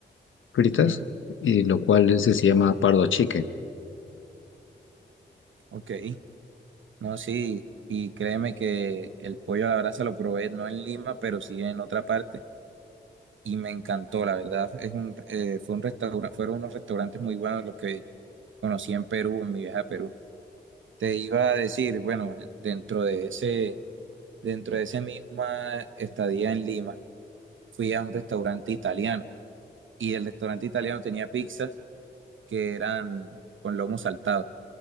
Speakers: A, on the left (about 80°); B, on the right (about 75°).
A: fritas,
B: Ujú,
A: y lo cual ese se llama pardo chicken.
B: Ok, no, sí, y créeme que el pollo la verdad se lo probé no en Lima, pero sí en otra parte y me encantó, la verdad. Es un, eh, fue un restaurante, fueron unos restaurantes muy buenos los que conocí en Perú, en mi viaje a Perú. Te iba a decir, bueno, eh, dentro de ese, dentro de esa misma estadía en Lima, fui a un restaurante italiano y el restaurante italiano tenía pizzas que eran con lomo saltado.